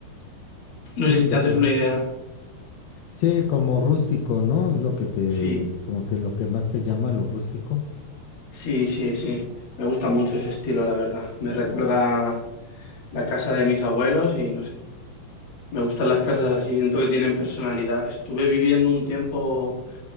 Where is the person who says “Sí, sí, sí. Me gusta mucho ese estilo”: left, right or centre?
Left